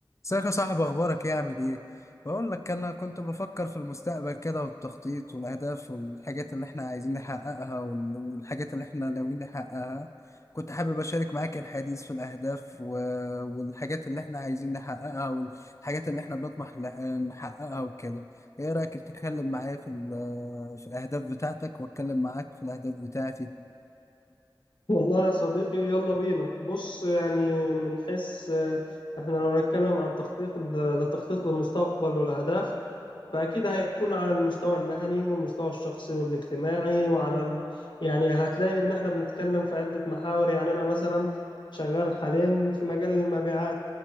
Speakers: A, on the left; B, on the left.
A: ازيك يا صاحبي اخبارك ايه عامل ايه بقول لك انا كنت بفكر في المستقبل كده والتخطيط والاهداف والحاجات اللي احنا عايزين نحققها وال- والحاجات اللي احنا ناويين نحققها كنت حابب اشارك معاك الحديث في الاهداف و- والحاجات اللي احنا عايزين نحققها والحاجات اللي احنا بنطمح لح- نحققها وكده ايه رايك تتكلم معايا في ال- في الاهداف بتاعتك واتكلم معاك في الاهداف بتاعتي
B: والله يا صديقي يلا بينا بص يعني من حيث آه، احنا لو نتكلم عن تخطيط التخطيط للمستقبل والأهداف فأكيد هيكون على المستوى المهني والمستوى الشخصي والاجتماعي وعلى ال... يعني هتلاقي إن احنا بنتكلم في عدة محاور يعني أنا مثلا شغال حاليا في مجال المبيعات